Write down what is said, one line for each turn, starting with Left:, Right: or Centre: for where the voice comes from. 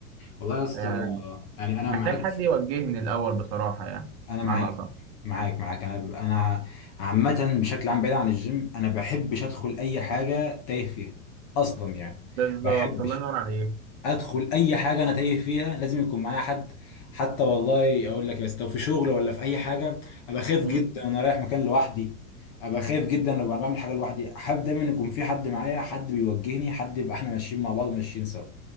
Left: والله يا اسطى
Right: يعني
Left: يعني انا
Right: محتاج
Left: معاك
Right: حد
Left: في...
Right: يوجهني الاول بصراحه يعني
Left: انا
Right: معنى
Left: معاك
Right: اصح
Left: معاك معاك انا انا عامه بشكل عام بعيد عن الجيم انا بحبش ادخل اي حاجه تايه فيها اصلا يعني
Right: بالظبط
Left: بحبش
Right: الله ينور عليك
Left: ادخل اي حاجه انا تايه فيها لازم يكون معايا حد حتى والله اقول لك بس لو في شغل ولا في اي حاجه ابقى خايف
Right: مم.
Left: جدا انا رايح مكان لوحدي ابقى خايف جدا لما أنا بعمل حاجه لوحدي حابب دايما يكون في حد معايا حد بيوجهني حد يبقى احنا ماشيين مع بعض ماشيين سوا